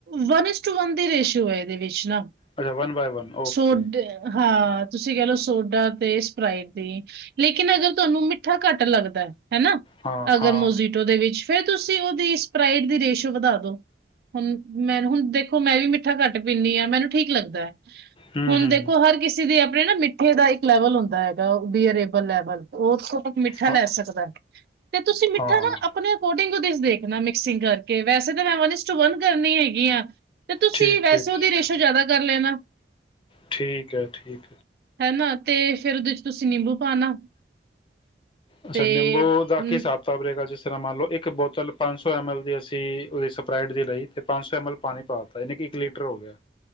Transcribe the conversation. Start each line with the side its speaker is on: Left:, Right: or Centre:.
Right: one is to one ratio ਹੈ ਇਹਦੇ ਵਿੱਚ ਨਾ
Left: ਅੱਛਾ ਵਨ ਬਾਏ ਵਨ ਓਕੇ
Right: ਸੋਡ ਹਾਂ ਤੁਸੀਂ ਕਹਿ ਲਓ ਸੋਡਾ ਤੇ ਸਪ੍ਰਈਟ ਦੀ ਲੇਕਿਨ ਅਗਰ ਤੁਹਾਨੂੰ ਮਿੱ ੱਠਾ ਘੱਟ ਲੱਗਦਾ ਹਨਾ
Left: ਹਾਂ
Right: ਅਗਰ
Left: ਹਾਂ
Right: ਮੋਜੀਟੋ ਦੇ ਵਿੱਚ ਫੇਿਰ ਤੁਸੀਂ ਉਹਦੀ ਸਪਰਾਈਟ ਦੀ ਰੇਸ਼ਓ ਵਧਾ ਦੋ ਹੁਣ ਮੈ ਹੁਣ ਦੇਖੋ ਮੈਂ ਵੀ ਮਿੱਠਾ ਘੱਟ ਪੀਂਦੀ ਹਾਂ ਮੈਨੂੰ ਠੀਕ ਲੱਗਦਾ ਹੈ
Left: ਹੂੰ
Right: ਹੁਣ
Left: ਹੂੰ
Right: ਦੇਖੋ
Left: ਹੂੰ
Right: ਹਰ ਕਿਸੇ ਦੀ ਆਪ ਆਪਣੇ ਨਾ ਮਿੱਠੇ ਦਾ ਇੱਕ ਲੈਵਲ ਹੁੰਦਾ ਹੈਗਾ ਬੀਅਰੇਬਲ ਲੈਵਲ ਉਸ ਮਿੱਠਾ
Left: ਹਾਂ
Right: ਲੈ ਸਕਦਾ ਤੇ ਤੁਸੀਂ ਮਿੱਠਾ
Left: ਹਾਂ
Right: ਨਾ ਆਪਣੇ ਅਕੋਰਡਿੰਗ ਦੇਖਣਾ ਮਿਕਸਿੰਗ ਕਰਕੇ ਵੈਸੇ ਤਾਂ ਮੈਂ ਵਨ ਟੂ ਵਨ ਕਰਨੀ ਹੈਗੀ ਆ ਤੇ ਤੁਸੀਂ
Left: ਠੀਕ
Right: ਵੈਸੇ
Left: ਠੀਕ ਠੀਕ
Right: ਉਹਦੀ ਰੇਸ਼ੋ
Left: ਹੈ
Right: ਜ਼ਿਆਦਾ ਕਰ ਲੈਣਾ
Left: ਠੀਕ ਹੈ ਠੀਕ
Right: ਹੈ ਨਾ ਤੇ ਫੇਿਰ ਉਹਦੇ ਚ ਤੁਸੀਂ ਨਿੰਬੂ ਪਾਣਾ
Left: ਅੱਛਾ
Right: ਤੇ
Left: ਨਿੰਬੂ
Right: ਅਮ,
Left: ਦਾ ਕੀ ਹਿਸਾਬ ਕਿਤਾਬ ਰਹੇਗਾ ਜਿਸ ਮਾਂ ਲਓ ਇੱਕ ਬੋਤਲ ਪੰਜ ਸੌ ਐੱਮ ਐੱਲ ਦੀ ਅਸੀਂ ਉਹ ਸਪਰਾਈਟ ਦੇ ਲਈ ਤੇ ਪੰਜ ਸੌ ਐੱਮ ਐਲ ਪਾਣੀ ਪਾਤਾਾ ਯਾਨ ਕਿ ਇੱਕ ਲੀਟਰ ਹੋ ਗਿਆ